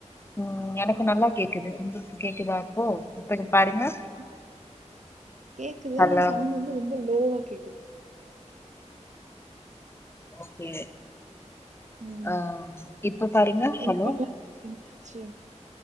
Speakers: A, on the left; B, on the right.
A: ம் எனக்கு நல்லா கேக்குது, உங்களுக்கு கேக்குதா இப்போ இப்ப பாருங்க
B: அ கேக்குது
A: ஹலோ
B: ஆனா சவுண்ட் வந்து ரொம்ப லோவா கேக்குது
A: ஓகே
B: ம்
A: ஆ இப்ப பாருங்க
B: என்ன
A: ஹலோ
B: பண்லான்னு இருக்கீங்க லன்ச்